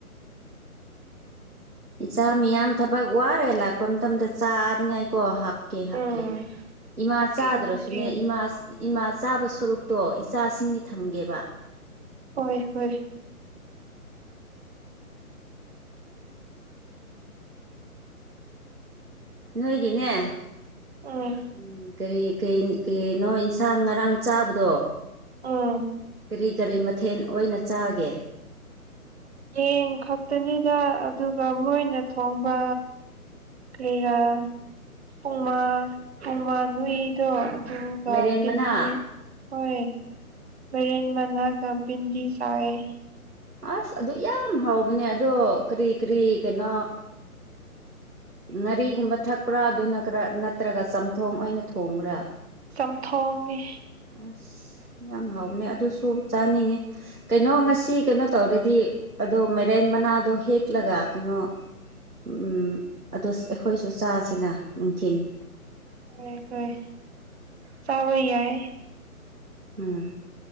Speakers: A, on the right (about 80°); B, on the right (about 45°).
A: ꯏꯆꯥ ꯃꯤꯌꯥꯝ ꯊꯕꯛ ꯋꯥꯔꯒ ꯂꯥꯛꯄ ꯃꯇꯝꯗ ꯆꯥꯅꯤꯡꯉꯥꯏꯀꯣ ꯍꯥꯞꯀꯦ ꯍꯥꯞꯀꯦ
B: ꯎꯝ
A: ꯏꯃꯥ
B: ꯍꯥꯞꯄꯤꯌꯨ
A: ꯆꯥꯗ꯭ꯔꯁꯨꯅꯦ
B: ꯍꯥꯞꯄꯤꯌꯨ
A: ꯏꯃꯥ ꯏꯃꯥ ꯆꯥꯕ ꯁꯔꯨꯛ ꯇꯣ ꯏꯆꯥꯁꯤꯡꯒꯤ ꯊꯝꯒꯦꯕ
B: ꯍꯣꯏ ꯍꯣꯏ
A: ꯅꯣꯏꯒꯤꯅꯦ
B: ꯎꯝ
A: ꯎ ꯀꯔꯤ ꯀꯩꯅꯣ ꯏꯟꯁꯥꯡ ꯉꯔꯥꯡ ꯆꯥꯕꯗꯣ
B: ꯎꯝ
A: ꯀꯔꯤ ꯀꯔꯤ ꯃꯊꯦꯜ ꯑꯣꯏꯅ ꯆꯥꯒꯦ
B: ꯌꯦꯟ ꯈꯛꯇꯅꯤꯗ ꯑꯗꯨꯒ ꯃꯣꯏꯅ ꯊꯣꯡꯕ ꯀꯦꯔꯥ ꯄꯨꯡꯃꯥ ꯄꯃꯥ ꯅꯨꯏꯗꯣ ꯇꯒ
A: ꯃꯥꯏꯔꯦꯟ
B: ꯄꯗꯤ
A: ꯃꯅꯥ
B: ꯍꯣꯏ ꯃ ꯃꯅꯥꯕꯤꯟꯗꯤꯁꯥꯏꯦ <inaudible>
A: ꯑꯁ ꯑꯗꯨ ꯌꯥꯝ ꯍꯥꯎꯕꯅꯦ ꯑꯗꯣ ꯀꯔꯤ ꯀꯔꯤ ꯀꯩꯅꯣ ꯉꯥꯔꯤꯒꯨꯝꯕ ꯊꯛꯄ꯭ꯔꯥ ꯑꯗꯨꯅ ꯈꯔ ꯅꯠꯇ꯭ꯔꯒ ꯆꯝꯊꯣꯡ ꯑꯣꯏꯅ ꯊꯣꯡꯕ꯭ꯔꯥ
B: ꯆꯝꯊꯣꯡꯅꯤ
A: ꯑꯁ ꯌꯥꯝ ꯍꯥꯎꯕꯅꯦ ꯑꯗꯨꯁꯨ ꯆꯥꯅꯤꯡꯉꯤ ꯀꯩꯅꯣ ꯉꯁꯤ ꯀꯩꯅꯣ ꯇꯧꯔꯗꯤ ꯑꯗꯣ ꯃꯦꯔꯦꯟ ꯃꯅꯥꯗꯣ ꯍꯦꯛꯂꯒ ꯀꯩꯅꯣ ꯎ ꯑꯗꯨ ꯑꯩꯈꯣꯏꯁꯨ ꯆꯥꯁꯤꯅ ꯅꯨꯡꯊꯤꯟ
B: ꯍꯦ ꯍꯣꯏ ꯆꯕ ꯌꯥꯏ
A: ꯎꯝ